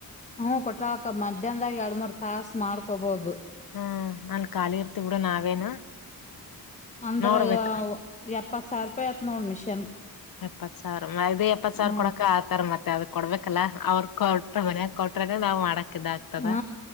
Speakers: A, on the left (about 20°); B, on the left (about 65°).
A: ಹ್ಮ ಕೊಟ್ರಕ ಮಧ್ಯಾಹ್ದಾಗ್ ಎರ್ಡ್ ಮೂರ್ ತಾಸ್ ಮಾಡ್ಕೊಬೊದು.
B: ಹ್ಮ ನನ್ ಖಾಲಿ ಇರ್ತಿೀವ್ ಬಿಡು ನಾವೇನು
A: ಅಂದ್ರ
B: ನೋಡ್ಬೇಕ
A: ಎಪ್ಪತ್ ಸಾವಿರ ರೂಪಾಯಿ ಆತ್ ನೋಡ್ ಮಿಷನ್ಕ್
B: ಎಪ್ಪತ್ ಸಾವಿರ ಇದು ಎಪ್ಪತ್ ಸಾವಿರ
A: ಹ್ಮ್
B: ಕೊಡಕ ಆತರ ಮತ್ತೆ ಅದ ಕೊಡ್ಬೇಕಲ್ಲ ಅವ್ರ. ಕೊಟ್ರ ವಲ್ಯ ಕೊಟ್ರೆ ನಾವ್ ಮಾಡಕ್ ಇದ ಆಗ್ತದ
A: ಹ್ಮ